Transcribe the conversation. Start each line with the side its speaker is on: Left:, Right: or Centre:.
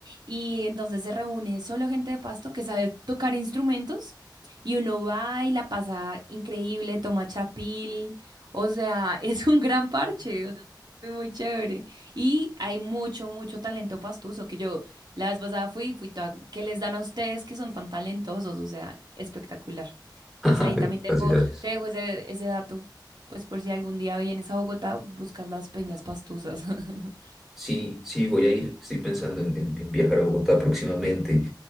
Right: y entonces se reúne solo gente de Pasto que sabe tocar instrumentos y uno va y la pasa increíble, toma chapil, o sea, <laughs> es un gran parche, o sea, fue muy chévere. Y hay mucho, mucho talento pastuso, que yo la vez pasada fui, fui toda, que les dan a ustedes que son tan talentosos, o sea, espectacular. Entonces
Centre: <laughs>
Right: ahí también tengo
Centre: Gracias, gracias.
Right: te dejo ese, ese dato, pues por si algún día vienes a Bogotá, buscas las peñas pastuzas. <laughs>
Centre: Sí, sí, voy a ir. Estoy pensando en, en- en viajar a Bogotá próximamente.